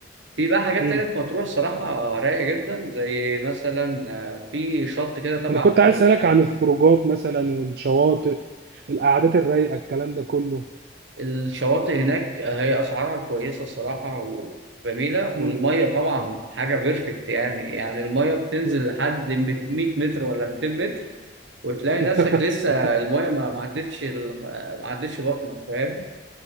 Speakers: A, on the right; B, on the right.
A: في بقى حاجات
B: مم.
A: تانية في مطروح صراحه رايقه جدا زي مثلا آه، في شط كده تبع
B: انا كنت عايز
A: فوق
B: اسالك عن الخروجات مثلا والشواطئ القعدات الرايقه الكلام ده كله
A: الشواطئ هناك هي أسعارها كويسة الصراحة وجميلة
B: مم.
A: والمية طبعا حاجة بيرفكت يعني يعني المية بتنزل
B: مم.
A: لحد 100 متر ولا 200 متر وتلاقي
B: <laughs>
A: نفسك لسه المية ما ما عدتش ال- ما عدتش بطنك فاهم